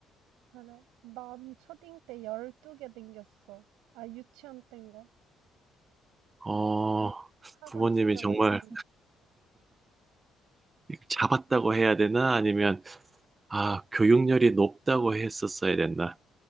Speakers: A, on the right; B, on the right.
A: 그래? 난 초딩 때 12개 댕겼어. 아, 유치원 땐가? 아,
B: 어,
A: 학원
B: 부모님이
A: 진짜
B: 정말,
A: 많이 댕겼어.
B: 잡았다고 해야 되나? 아니면, 아, 교육열이 높다고 했었어야 됐나?